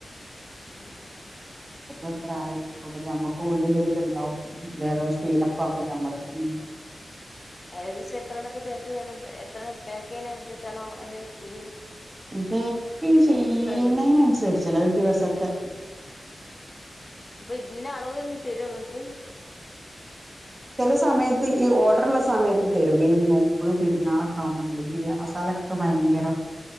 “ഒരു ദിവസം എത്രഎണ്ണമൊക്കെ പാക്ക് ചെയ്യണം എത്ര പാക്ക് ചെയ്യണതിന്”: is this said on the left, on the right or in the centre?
Left